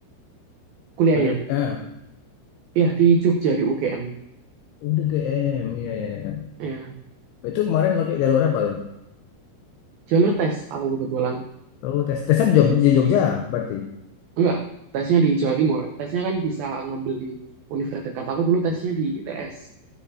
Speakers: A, on the right; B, on the left.
A: kuliahnya.
B: Kulit ah
A: Iya, di Jogja, di UGM.
B: udah GM iya ya ya.
A: Iya.
B: Itu kemarin pakai jalur apa tuh?
A: Jalur tes aku kebetulan.
B: Oh tes tesnya di Jog- di Jogja, berarti.
A: Enggak, tesnya di Jawa Timur. Tesnya kan bisa ngambil di universitas terdekat. Aku dulu tesnya di ITS.